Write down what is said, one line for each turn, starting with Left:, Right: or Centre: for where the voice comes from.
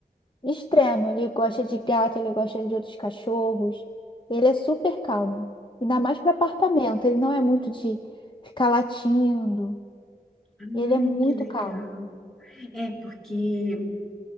Left: Extremo, ele gosta de gato, ele gosta de outros cachorros. Ele é super calmo. Ainda mais para apartamento, ele não é muito de ficar latindo.
Centre: Ai,
Left: Ele é muito
Centre: que legal.
Left: calmo.
Centre: É, porque